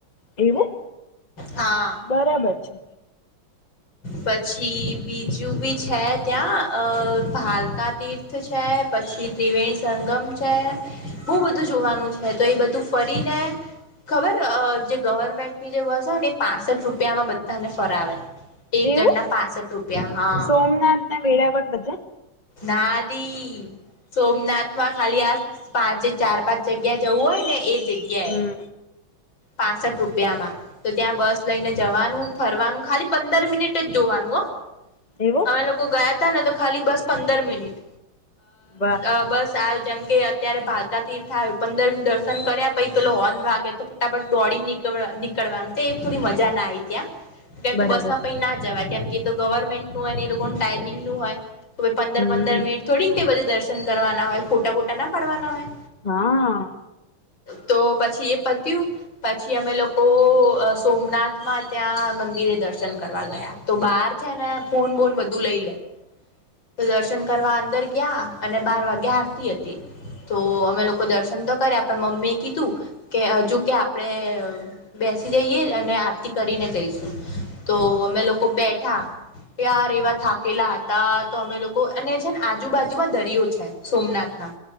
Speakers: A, on the left (about 20°); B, on the left (about 60°).
A: એવું
B: હા
A: બરાબર છે.
B: પછી બીજું બી છે ત્યાં અ ભાલકા તીર્થ છે પછી ત્રિવેણી સંગમ છે બહુ બધું જોવાનું છે તો એ બધું ફરીને ખબર જે ગવર્મેન્ટની જે બસ હોય ને એ પાસઠ રૂપિયામાં બધાને.. ફરાવે.. એક
A: એવું
B: જણના પાસઠ રૂપિયા હા
A: સોમનાથ ના વેળાવળ બધા
B: નાની સોમનાથમાં ખાલી આ પાંચે ચાર પાંચ જગ્યા જવું હોય ને એ.. જગ્યાય
A: હમ
B: પાસઠ રૂપિયા માં તો ત્યાં બસ લઈને જવાનું ફરવાનું ખાલી પંદર મિનિટ જ જોવાનું હો
A: એવું
B: અમે લોકો ગયા. તો ખાલી બસ પંદર મિનિટ
A: વાહ
B: અ બસ આલ જેમ કે અત્યારે ભારકા તીર્થ આવું પંદર દર્શન કર્યા પછી પે હોર્ન વાગે તો દોડી નીકળ નીકળવાનું તો એક થોડી મજા ના આવી ત્યાં કેમ કે
A: બરાબર
B: બસ માં પ ના જવા કેમ કે ગવર્મેન્ટ નું હોય એ લોકો ન ટાઈમિંગ નું હોય તો પંદ
A: હમ
B: પંદર મિટ થોડીકને બધ દશે કરવાના હોય ખોટા બોટા ના પાડવાના હોય
A: હા
B: તો પછી એ પી પછી અમે લોકો સોમનાથમાં ત્યાં મંદિરે દર્શન કરવા ગયા તો બહાર છે ને ફોન બોન બધું લઈ લે તો દર્શન કરવા અંદર ગયા અને બાર વાગ્યા હારતી હતી તો અમે લોકો દર્શન તો કર્યા પણ મમ્મી એ કીધું કે જોકે આપડણે બેસી જઈએ અને આરતી કરીને જઈશું તો અમે લોકો બેઠા યાર એવા થાકેલા હતા તો અમે લોકો અને છે ને આજુબાજુમાં દરિયો છે સોમનાથ ના